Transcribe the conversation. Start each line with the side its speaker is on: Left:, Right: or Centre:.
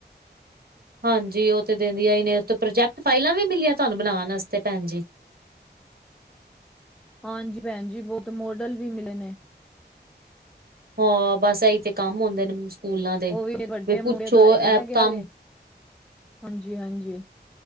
Right: ਹਾਂਜੀ ਉਹ ਤੇ ਦਿੰਦੀਆਂ ਹੀ ਨੇ ਉਹ ਤੇ ਪ੍ਰੋਜੈਕਟ ਫਾਈਲਾਂ ਵੀ ਮਿਲੀਆਂ ਤੁਹਾਨੂੰ ਬਣਾਣ ਆਸਤੇ ਭੈਣ ਜੀ
Centre: ਹਾਂਜੀ ਭੈਣ ਜੀ ਬਹੁਤ ਮੋਡਲ ਵੀ ਮਿਲੇ ਨੇ
Right: ਹਾਂ ਬਸ ਇਹੀ ਤੇ ਕੰਮ ਹੁੰਦੇ ਨੇ ਸਕੂਲਾਂ ਦੇ
Centre: ਉਹ ਵੀ ਵੱਡੇ ਮੁੜੇ
Right: ਪੁੱਛੋ
Centre: ਦਾ ਇੱਕ
Right: ਇਹ
Centre: ਕਰ ਗਿਆ
Right: ਕੰਮ
Centre: ਏ। ਹਾਂਜੀ ਹਾਂਜੀ